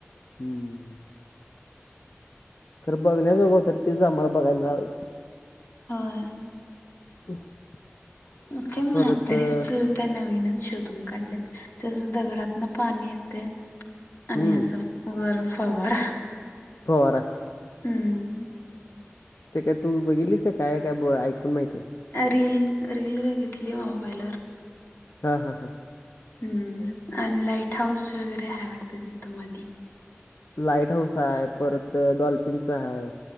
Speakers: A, on the left; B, on the left.
A: हम्म, खरं बघण्या जोग होत तेरचं आम्हाला बघाय मिळालं नाय.
B: होय.
A: <inaudible>
B: मग काय म्हातारीच
A: परत अ,
B: त्या नवीनच शोधून काढल्यात त्याज दगडातन पाणी येतय आणि
A: हम्म
B: असं वर फवारा.
A: फवारा.
B: हम्म.
A: ते काय तू बघितलीस का काय काय ऐकून माहिती आय?
B: अ -रील रील बघितली मोबाईलवर.
A: हा हा हा.
B: हम्म, आणि लाईट हाऊस वगैरे हाय वाटतं तिथं मधी.
A: लाईट हाऊस आय परत डॉल्फिनचा आय.